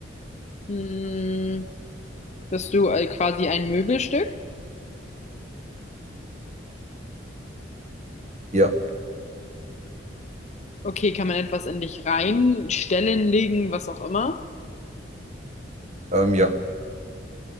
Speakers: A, on the left; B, on the right.
A: Hm. Bist du äh, quasi ein Möbelstück?
B: ja,
A: Okay, kann man etwas in dich reinstellen, legen, was auch immer?
B: ähm, ja,